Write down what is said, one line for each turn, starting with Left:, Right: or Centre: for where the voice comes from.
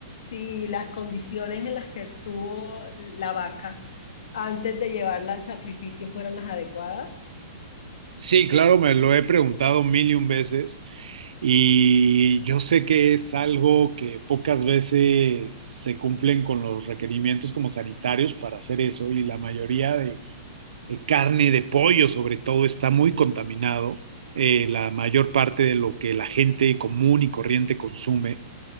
Left: si las condiciones en las que estuvo la vaca antes de llevarla al sacrificio fueron las adecuadas.
Right: Sí, claro, me lo he preguntado mil y un veces y yo sé que es algo que pocas veces se cumplen con los requerimientos como sanitarios para hacer eso y la mayoría de, de carne, de pollo sobre todo, está muy contaminado, eh, la mayor parte de lo que la gente común y corriente consume.